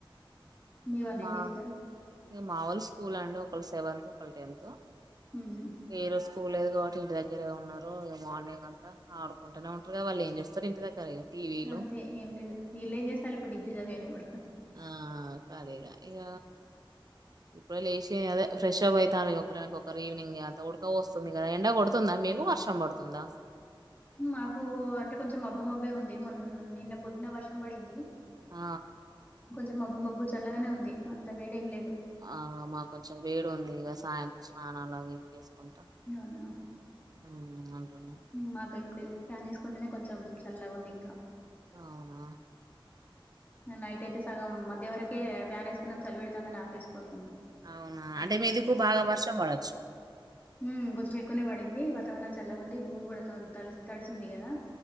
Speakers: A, on the left; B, on the right.
A: మీ వాళ్ళు
B: మా
A: ఏం చేస్తారు
B: మా ఒల్ స్కూల్ అండి ఒకళ్ళ సెవెన్త్ ఒకళ్ళ టెన్త్
A: హ్మ్ హు
B: ఏరు స్కూల్ ఇ వాటి ఇంటి దగ్గరే ఉన్నారు మార్నింగ్ అంతా ఆడుకుంటనే ఉంటారు కద వాళ్ళు ఏం చేస్తారు ఇంటి దగ్గర టీవీలు.
A: అంతే ఏం లేదు వీళ్ళు ఏం చేస్తారు ఇప్పుడు డిగ్రీ చదివినప్పుడు
B: ఆ కరిగా ఇగ ఇప్పుడే లేచి అదే ఫ్రెష్ అయితాన్ ఒకరినక ఒకరు ఈవినింగ్ అంత ఉడుక పోస్తుంది కదా ఎండ కొడుతుందా మేము వర్షం పడుతుందా
A: మాకు అంటే కొంచెం మబ్బు మబ్బే ఉంది మొన్ నిన్న పొద్దున వర్షం పడింది
B: ఆ
A: కొంచం మబ్బు మబ్బు చల్లగానే ఉంది అంత వేడేం లేదు
B: ఆ మాక్ కొంచెం వేడు ఉంది ఇక సాయంత్రం స్నానాలు అవి ఇవి చేసుకుంటా
A: నోనో
B: ఉమ్ అంటున్నాం
A: మాకు ఏం లే ఫ్యాన్ వేసుకుంటేనే కొంచెం సల్లాగా ఉంది ఇంకా
B: అవున
A: ఇంగ నైట్ అయితే సగం మధ్యవరకె ఫ్యాన్ వేసుకున్నం చలి పెడుతుందని ఆపేస్ పడుకున్నా
B: అవునా అంటే మీదికు
A: ఉమే
B: బాగా వర్షం పడొచ్చు
A: ఉమ్ కొంచ్ కొని పడింది వాతావరణం చల్లగా ఉంది భూమి కూడా త తడిసి ఉంది కదా